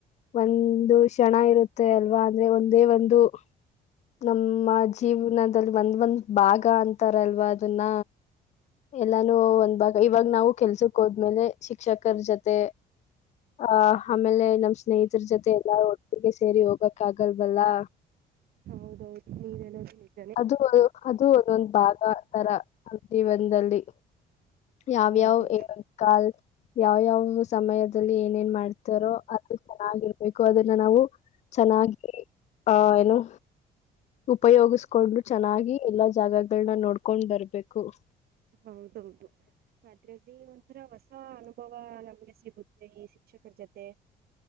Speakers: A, on the left; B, on the right.
A: ಒಂದು ಕ್ಷಣ ಇರುತ್ತೆ ಅಲ್ವಾ ಅಂದ್ರೆ ಒಂದೇ ಒಂದು ನಮ್ಮ ಜೀವನದಲ್ಲಿ ಒಂದ್ ಒಂದ್ ಭಾಗ ಅಂತಾರಲ್ವಾ ಅದನ್ನ ಎಲ್ಲಾನು ಒಂದ್ ಭಾಗ ಇವಾಗ ನಾವು ಕೆಲ್ಸಕ್ ಹೋದ್ಮೇಲೆ ಶಿಕ್ಷಕರ ಜೊತೆ ಆ ಆಮೇಲೆ ನಮ್ಮ್ ಸ್ನೇಹಿತರ ಜೊತೆ ಎಲ್ಲಾರೂ ಒಟ್ಟಿಗೆ ಸೇರಿ ಹೋಗಕ್ ಆಗಲ್ವಲ್ಲಾ
B: ಹೌದೌದು ನೀರೆಲ್ಲ
A: ಅದು ಅದು ಒಂದೊಂದು್ ಭಾಗ ತರ ಜೀವನದಲ್ಲಿ ಯಾವ
B: ಹೌದೌದು.
A: ಯಾವ ಏಕಾಲ ಯಾವ ಯಾವ ಸಮಯದಲ್ಲಿ ಏನೇನ್ ಮಾಡ್ತಾರೋ ಅದು ಚೆನ್ನಾಗಿರ್ಬೇಕು ಅದನ್ನ ನಾವು ಚೆನ್ನಾಗಿ ಆ ಏನು ಉಪಯೋಗಿಸಕೊಂಡ್ಲು ಚೆನ್ನಾಗಿ ಎಲ್ಲಾ ಜಾಗಗಳನ್ನ ನೋಡ್ಕೊಂಡ್ ಬರ್ಬೇಕು
B: ಹೌದೌದು ಅದ್ರಲ್ಲಿ ಒಂಥರ ಹೊಸ ಅನುಭವ ನಮ್ಗೆ ಸಿಗುತ್ತೆ ಈ ಶಿಕ್ಷಕರ ಜೊತೆ